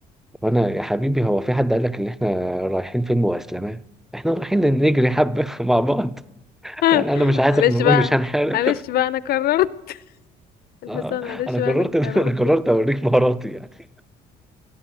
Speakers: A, in the centre; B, on the left (about 65°).
A: وانا يا حبيبي هو في حد قال لك ان احنا رايحين فيلم واسلامات احنا رايحين نجري حبه <laughs> مع بعض
B: <laughs>
A: يعني انا مش عايزك
B: معلش
A: مش
B: بقى
A: هنحارب
B: معلش بقى انا قررت
A: <laughs>
B: الحصان
A: آه،
B: معلش
A: انا قررت
B: بقى انا
A: <laughs>
B: قررت
A: انا قررت اوريك مهاراتي يعني